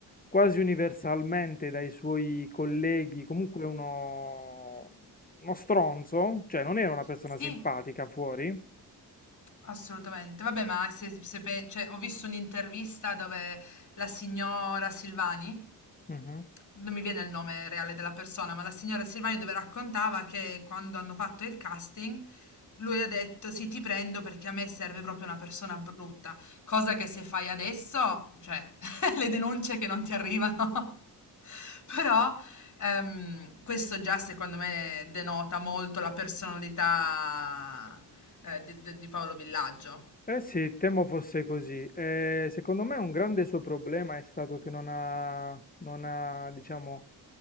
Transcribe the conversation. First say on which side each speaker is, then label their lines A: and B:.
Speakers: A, on the left; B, on the left.
A: quasi universalmente dai suoi colleghi comunque uno, uno stronzo, cioè non era una persona
B: Sì,
A: simpatica fuori.
B: assolutamente. Vabbè, ma se, se pe- cioè, ho visto un'intervista dove la signora Silvani
A: Mhm.
B: non mi viene il nome reale della persona, ma la signora Silvani dove raccontava che quando hanno fatto il casting lui ha detto sì, ti prendo perché a me serve proprio una persona brutta, cosa che se fai adesso, cioè <laughs> le denunce che non ti arrivano, <laughs> però ehm, questo già secondo me denota molto la personalità eh, di, di- di Paolo Villaggio.
A: Eh sì, temo fosse così. Eh, secondo me un grande suo problema è stato che non ha, non ha, diciamo,